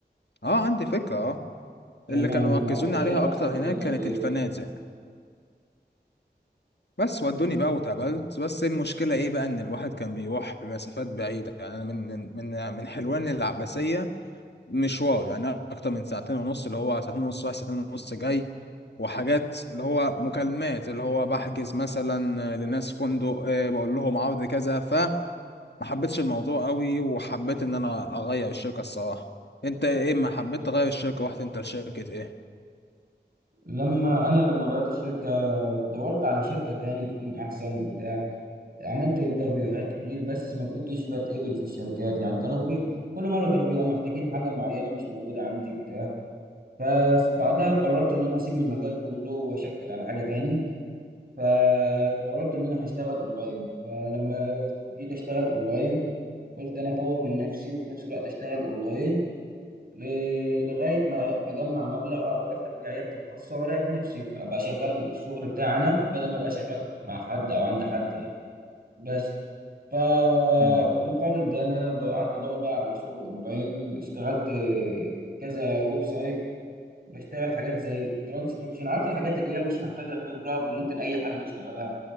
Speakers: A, on the left; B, on the right.
A: اه عندي فكره آه.
B: تمام
A: اللي كانوا
B: وبعد
A: ركزوني
B: كده
A: عليها
B: إيه اللي حصل
A: اكتر
B: في الانترفيو؟
A: هناك كانت الفنادق بس ودوني بقى واتقابلت بس المشكله ايه بقى ان الواحد كان بيروح بمسافات بعيده يعني انا من من من حلوان للعباسيه مشوار يعني اكتر من ساعتين ونص اللي هو ساعتين ونص رايح ساعتين ونص جاي وحاجات اللي هو مكالمات اللي هو بحجز مثلا لناس فندق آه، بقول لهم عرض كذا فما حبيتش الموضوع قوي وحبيت ان انا اغير الشركه الصراحه انت ايه ما حبيت تغير الشركه رحت انت لشركه ايه
B: لما أنا لما غيرت الشركة دورت على شركة تاني تكون أحسن بتاع عملت انترفيوهات كتير بس ما كنتش بتقبل في الشركات يعني كانوا بي... كل مره كانوا بيبقوا محتاجين حاجه معينه مش موجوده عندي بتاع فبعدها قررت ان انا اسيب المجال كله واشفت على حاجه تاني فقررت ان انا هشتغل اونلاين فلما جيت اشتغل اونلاين قلت انا اطور من نفسي وفي نفس الوقت اشتغل اونلاين ل... لغايه ما اجمع مبلغ اقدر افتح بيه عيادتي الخاصه واريح نفسي ابقى شغال الشغل بتاعي انا بدل ما ابقى شغال مع حد او عند حد يعني بس فمقابل
A: امم
B: ده ان انا دو- قعدت ادور بقى على شغل اونلاين اشتغلت في كذا ويب سايت بشتغل حاجات زي الترانسكريبشن عارف الحاجات اللي هي مش محتاجه خبره ممكن اي حد يشتغلها